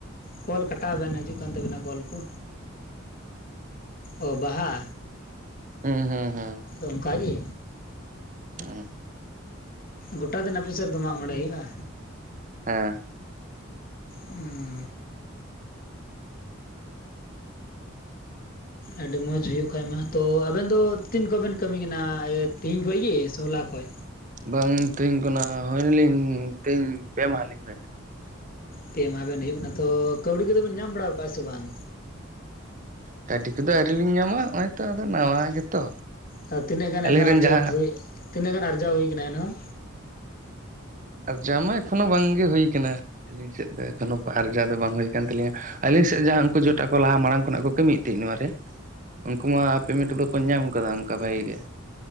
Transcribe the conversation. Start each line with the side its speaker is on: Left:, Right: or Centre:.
Left: ᱠᱚᱞ ᱠᱟᱴᱟᱣ ᱵᱮᱱ ᱦᱟᱡᱩᱜ ᱠᱟᱱ ᱛᱟᱵᱮᱱᱟ ᱠᱚᱞ ᱠᱚ ᱚ ᱵᱟᱦᱟ
Right: ᱦᱩᱸ ᱦᱩᱸ ᱦᱩᱸ
Left: ᱚᱝᱠᱟᱜᱮ
Right: ᱦᱚᱹ
Left: ᱜᱚᱴᱟ ᱫᱤᱱ ᱟᱯᱮ ᱥᱮᱫ ᱫᱚ ᱢᱟᱜ ᱢᱚᱬᱮ ᱦᱩᱭᱩᱜᱼᱟ
Right: ᱦᱮᱸ
Left: ᱚ ᱟᱹᱰᱤ ᱢᱚᱡᱽ ᱦᱩᱭᱩᱜ ᱠᱷᱟᱡ ᱢᱟ ᱛᱚ ᱟᱵᱮᱱ ᱫᱚ ᱛᱤᱱ ᱠᱷᱚᱱ ᱵᱮᱱ ᱠᱟᱹᱢᱤ ᱠᱟᱱᱟ ᱛᱤᱦᱤᱧ ᱠᱷᱚᱱ ᱜᱮ ᱥᱮ ᱦᱚᱞᱟ ᱠᱷᱚᱡ
Right: ᱵᱟᱝ ᱛᱮᱦᱮᱧ ᱠᱷᱚᱱᱟᱜ ᱦᱩᱭᱱᱟᱞᱤᱧ ᱛᱮᱦᱤᱧ ᱯᱮ ᱢᱟᱦᱟ ᱞᱤᱧ ᱦᱩᱭᱮᱱᱟ
Left: ᱯᱮ ᱢᱟᱦᱟ ᱵᱮᱱ ᱦᱩᱭᱩᱜ ᱠᱟᱱᱟ ᱛᱚ ᱠᱟᱹᱣᱰᱤ ᱠᱚᱫᱚ ᱵᱮᱱ ᱧᱟᱢ ᱵᱟᱲᱟ ᱟᱠᱟᱫᱼᱟ ᱥᱮ ᱵᱟᱝ
Right: ᱠᱟᱹᱣᱰᱤ ᱠᱚᱫᱚ ᱟᱹᱣᱨᱤ ᱞᱤᱧ ᱧᱟᱢᱟ ᱱᱚᱜᱼᱚᱭ ᱛᱚ ᱟᱫᱚ ᱱᱟᱣᱟ ᱜᱮᱛᱚ
Left: ᱦᱟᱠᱩ, ᱛᱤᱱᱟᱹᱜ ᱜᱟᱱ
Right: ᱟᱹᱞᱤᱧ
Left: ᱮᱱᱦᱚᱸ
Right: ᱨᱮᱱ
Left: ᱟᱨᱡᱟᱛ
Right: ᱡᱟᱦᱟᱸ
Left: ᱦᱩᱭ ᱛᱤᱱᱟᱹᱜ ᱜᱟᱱ ᱟᱨᱡᱟᱣ ᱦᱩᱭ ᱟᱠᱟᱱᱟ ᱮᱱᱦᱚᱸ
Right: ᱟᱨᱡᱟᱣ ᱢᱟ ᱮᱠᱷᱚᱱᱳ ᱵᱟᱝᱜᱮ ᱦᱩᱭ ᱟᱠᱟᱱᱟ ᱟᱹᱞᱤᱧ ᱥᱮᱫ ᱫᱚ ᱮᱠᱷᱚᱱᱳ ᱟᱨ ᱟᱨᱡᱟᱣ ᱫᱚ ᱵᱟᱝ ᱦᱩᱭ ᱟᱠᱟᱱ ᱛᱟᱞᱤᱧᱟ ᱟᱹᱞᱤᱧ ᱥᱮᱫ ᱡᱟᱦᱟᱸ ᱩᱱᱠᱩ ᱡᱚᱴᱟᱣ ᱠᱚ ᱞᱟᱦᱟ ᱢᱟᱲᱟᱝ ᱠᱷᱚᱱᱟᱜ ᱠᱚ ᱠᱟᱹᱢᱮᱭᱮᱜ ᱛᱟᱦᱮᱸᱜ ᱱᱚᱣᱟ ᱨᱮ ᱩᱝᱠᱩ ᱢᱟ ᱯᱮᱢᱮᱱᱴ ᱠᱚᱫᱚ ᱠᱚ ᱧᱟᱢ ᱟᱠᱟᱫᱟ ᱚᱝᱠᱟ ᱵᱷᱟᱜᱤ ᱜᱮ